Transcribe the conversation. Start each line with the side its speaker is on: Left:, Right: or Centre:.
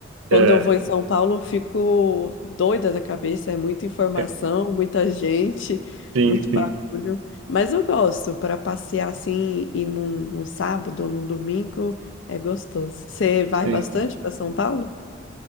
Left: Quando
Right: É,
Left: eu vou em São Paulo, eu fico doida da cabeça, é muita informação,
Right: É,
Left: muita gente,
Right: sim,
Left: muito
Right: sim,
Left: barulho. Mas eu gosto, para passear assim, e num, num sábado ou num domingo, é gostoso. Você vai
Right: sim.
Left: bastante para São Paulo?